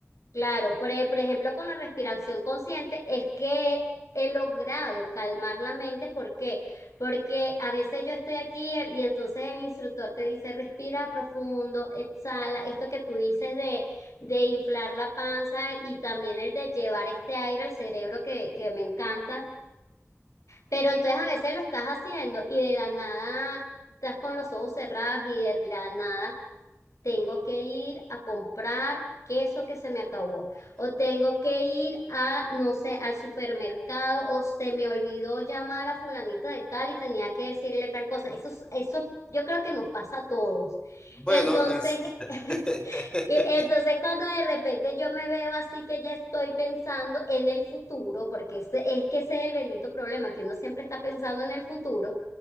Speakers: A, on the left; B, on the left.
A: claro. Por, e- por ejemplo, con la respiración consciente es que he logrado calmar la mente. ¿Por qué? Porque a veces yo estoy aquí eh, y entonces el instructor te dice respira profundo, exhala, esto que tú dices de, de inflar la panza y también el de llevar este aire al cerebro que, que me encanta. Pero entonces a veces lo estás haciendo y de la nada estás con los ojos cerrados y de la nada tengo que ir a comprar queso que se me acabó, o tengo que ir a, no sé, al supermercado, o se me olvidó llamar a fulanita de tal y tenía que decirle tal cosa. Eso, es- eso yo creo que nos pasa a todos.
B: Bueno,
A: Entonces,
B: el <laughs>
A: <laughs> y entonces cuando de repente yo me veo así que ya estoy pensando en el futuro, porque este- es que ese es el bendito problema, que uno siempre está pensando en el futuro,